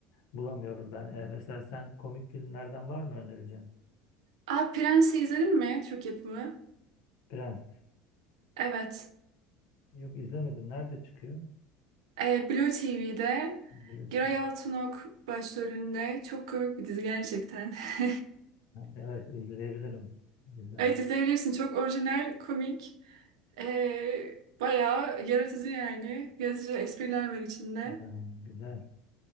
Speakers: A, on the left (about 60°); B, on the right (about 65°).
A: bulamıyorum ben. E, mesela sen komik filmlerden var mı önereceğim?
B: Aa Prens'i izledin mi? Türk yapımı.
A: Prens.
B: Evet.
A: Yok izlemedim. Nerede çıkıyor?
B: Ee, Blue TV'de
A: Blue Team.
B: Giray Altınok başrolünde. Çok komik bir dizi gerçekten. <laughs>
A: Evet izleyebilirim. Güzel.
B: Evet izleyebilirsin. Çok orijinal, komik. Ee, bayağı yaratıcı yani. Yaratıcı espriler var içinde.
A: Ha, güzel.